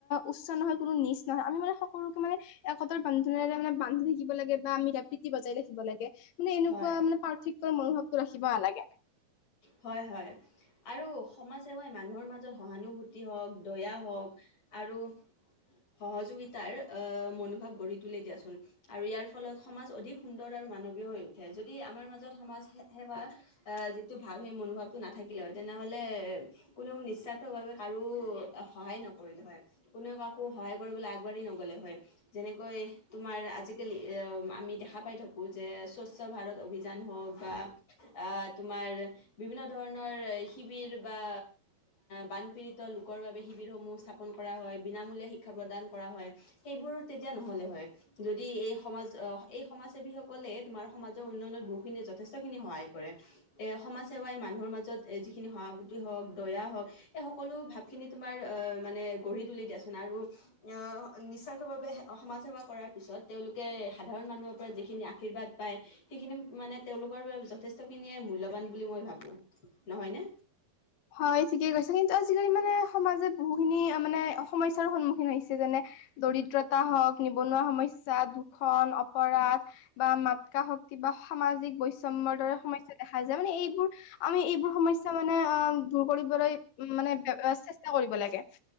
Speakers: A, on the left; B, on the left.
A: উচ্চ নহয় কোনো নিচ নহয় আমি মানে সকলোকে মানে একতাৰ বান্ধোনেৰে মানে বান্ধি থাকিব লাগে বাম প্ৰীতি বজাই ৰাকিব লাগে। মানে এনেকুৱা
B: হয়
A: মানে পাৰ্থক্যৰ মনোভাৱটো ৰাখিব নালাগে।
B: হয়ঁ হয়ঁ! আৰু সমাজ সেৱাই মানুহৰ মাজত সহানুভূতি হওঁক দয়া হওঁক আৰু সহযোগিতাৰ এ মনোভাৱ গঢ়ি তোলি দিয়াচোন। আৰু ইয়াৰ ফলত সমাজ অধিক সুন্দৰ আৰু মানৱীয় হৈ উঠে যদি আমাৰ মাজত সমাজ সেৱা। আহ যিটো ভাৱ সেই মনোভাৱটো নাথাকিলে হয়ঁ তেনেহলে কোনো নিস্বাৰ্থ বাবে কাৰো সহায় নকৰিলে হয়ঁ। কোনেও কাকো সহায় কৰিবলৈ আগবাঢ়ি নগলে হয়ঁ। যেনেকৈ তোমাৰ আজিকালি আমি দেখা পাই থাকোঁ যে স্বচ্ছ ভাৰত অভিযান হওঁক। বাহ আ তোমাৰ- বিভিন্ন ধৰণৰ শিবিৰ বা বানপীড়িত লোকৰ বাবে শিবিৰ সমূহ ছাপ- কৰা হয় বিনামূলীয়া শিক্ষা প্ৰদান কৰা হয় সেইবোৰ তেতিয়া নহ'লে হয়। যদি এই সমাজ আহ এই সমাজ সেৱী সকলে তোমাৰ সমাজৰ উন্নয়নত বহুখিনি যথেষ্টখিনি সহায় কৰে। এ সমাজ- সেৱাই মানুহৰ মাজত যিখিনি সহাভুতি হওক দয়া হওক এই সকলো ভাৱখিনি তোমাৰ- মানে গঢ়ি তুলি দিয়াচোন আৰু- অঁ নিস্বাৰ্থভাৱে সমাজসেৱা কৰাৰ পিছত তেওঁলোকে সাধাৰণ মানুহৰ পৰা যিখিনি আশীৰ্বাদ পায়- সেইখিনি মানে তেওঁলোকৰ বাবে যথেষ্ট খিনিয়ে মূল্যবান বুলি মই ভাবো নহয় নে?
A: হয় ঠিকেই কৈছে, কিন্তু আজিকালি মানে সমাজে বহুখিনি মানে সমস্যাৰো সন্মুখীন হৈছে যেনে- দৰিদ্ৰতা হওক নিবনুৱা সমস্যা দু- ষন অপৰাধ বা মাতকা শক্তি বা সামাজিক বৈষম্যৰ দৰে সম- স্যা দেখা যায় মানে এইবোৰ আমি এইবোৰ সমস্যা মানে অঁ' দূৰ কৰিবলৈ মানে চেষ্টা কৰিব লাগে।